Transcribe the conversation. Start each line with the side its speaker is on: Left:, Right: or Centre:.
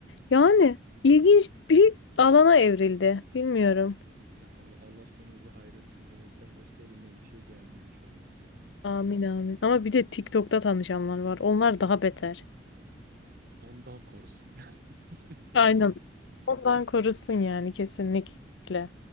Left: Yani ilginç bir alana evrildi. Bilmiyorum.
Right: Ya Allah, Allah sonumuzu hayretsin demekten başka elimden bir şey gelmiyor şu anlık ya.
Left: Amin amin. Ama bir de TikTok'ta tanışanlar var. Onlar daha beter.
Right: Ondan korusun. <laughs>
Left: Aynen.
Right: Öyle
Left: Ondan korusun yani kesinlikle.